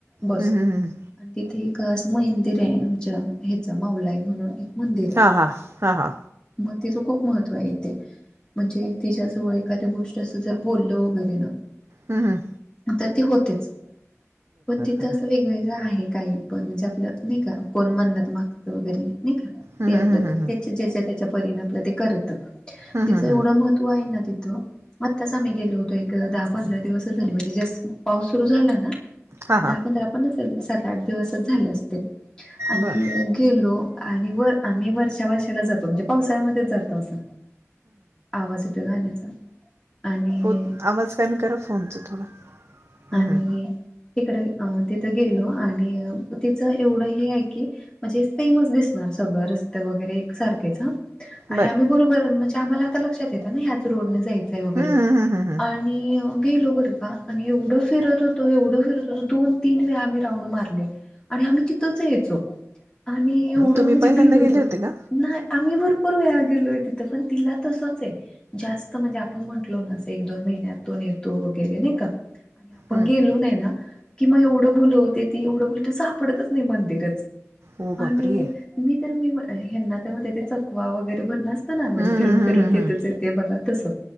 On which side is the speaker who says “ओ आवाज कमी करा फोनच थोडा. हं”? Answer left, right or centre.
Right